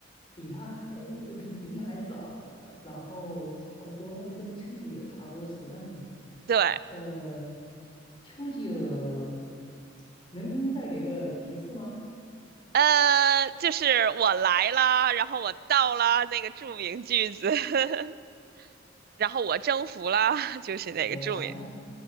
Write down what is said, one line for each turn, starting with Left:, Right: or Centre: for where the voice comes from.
Left: 比他还，就比普京还早呢，然后差不多，那就跟丘吉尔差不多时代的。
Right: 对，
Left: 呃，丘吉尔能再给个提示吗？
Right: 呃，就是我来啦，然后我到啦，那个著名句子，<laughs> 然后我征服啦，就是那个著名，
Left: 我来了，